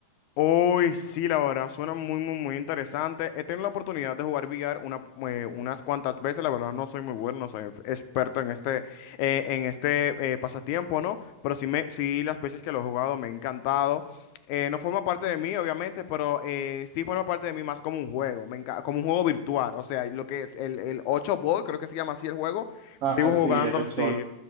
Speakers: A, on the left (about 80°); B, on the right (about 80°).
A: Uy, sí, la verdad, suena muy, muy, muy interesante. He tenido la oportunidad de jugar billar una, eh, unas cuantas veces. La verdad, no soy muy bueno, no soy experto en este, eh, en este eh, pasatiempo, ¿no? Pero sí, me, sí, las veces que lo he jugado me ha encantado. Eh, no forma parte de mí, obviamente, pero eh, sí forma parte de mí más como un juego, me enca- como un juego virtual. O sea, lo que es el, el 8 Ball, creo que se llama así el juego.
B: Ah,
A: Vivo jugándolo,
B: sí, el ocho
A: sí.